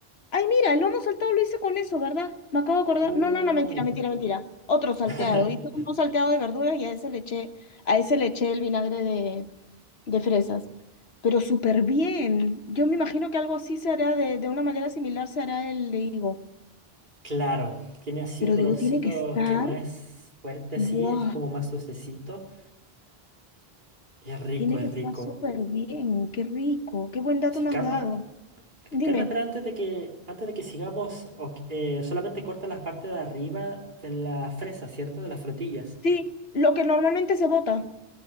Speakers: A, on the left; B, on the right.
A: Ay, mira, el lomo saltado lo hice con eso, ¿verdad? Me acabo de acordar.
B: Uy.
A: No, no, no, mentira, mentira, mentira. Otro salteado.
B: <laughs>
A: Hice un salteado de verduras y a ese le eché, a ese le eché el vinagre de, de fresas. Pero súper bien. Yo me imagino que algo así se hará de, de una manera similar, se hará el de higo.
B: Claro, tiene así
A: Pero
B: un
A: digo,
B: olorcito
A: tiene que estar,
B: que no es fuerte,
A: ¡buah!
B: sí, es como más dulcecito. Es rico,
A: Tiene
B: es
A: que
B: rico.
A: estar súper bien. Qué rico, qué buen dato
B: Sí,
A: me
B: Carla,
A: has dado. Dime,
B: Carla, espera, antes de que, antes de que sigamos, ok, eh, solamente corta la parte de arriba de la fresa, ¿cierto? De las frutillas.
A: sí, lo que normalmente se bota,